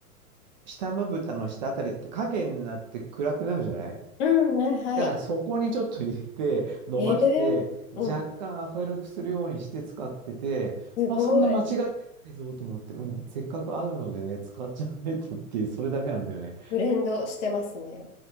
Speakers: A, on the right (about 35°); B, on the left (about 50°).
A: 下まぶたの下あたりって影になって暗くなるじゃない
B: うん、ねはい。
A: だからそこにちょっと入れて、伸ばして、
B: ええ
A: 若干明るくするようにして使ってて、
B: うん。すごい。
A: まあそんな間違ってないぞと思って、うん、せっかくあるのでね、使っちゃえとっていう、それだけなんだよね。
B: ブレンドしてますね。